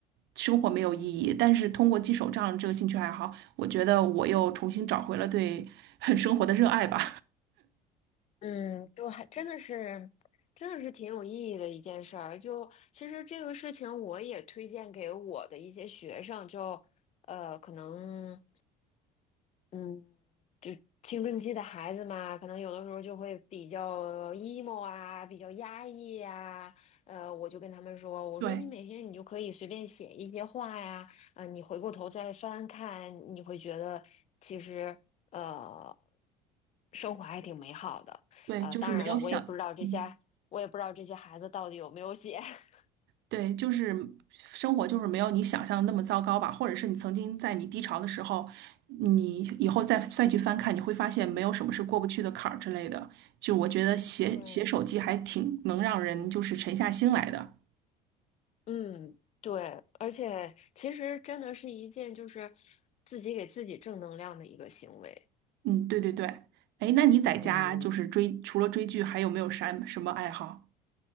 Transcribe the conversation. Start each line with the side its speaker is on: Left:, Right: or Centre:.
Right: 生活没有意义，但是通过记手账这个兴趣爱好，我觉得我又重新找回了对 <laughs> 生活的热爱吧。
Left: 嗯，就还真的是，真的是挺有意义的一件事儿。就其实这个事情，我也推荐给我的一些学生，就呃，可能。嗯，就青春期的孩子嘛，可能有的时候就会比较 emo 啊，比较压抑呀、呃，我就跟他们说，
Right: <laughs>
Left: 我说你每天你就可以随便写一些话呀，
Right: 对
Left: 呃，你回过头再翻看，你会觉得其实呃，生活还挺美好的。
Right: 对，
Left: 呃，
Right: 就是没有想。
Left: 当然了，我也不知道这些，
Right: 嗯
Left: 我也不知道这些孩子到底有没有写。<laughs>
Right: 对，就是生活就是没有你想象的那么糟糕吧，或者是你曾经在你低潮的时候，你以后再再去翻看，你会发现没有什么是过不去的坎儿之类的。就我觉得写写手记还挺能让人就是沉下心来的。
Left: 对，嗯，对，而且其实真的是一件就是自己给自己正能量的一个行为。
Right: 嗯，对对对。哎，那你在家就是追，
Left: 嗯，
Right: 除了追剧，还有没有啥什么爱好？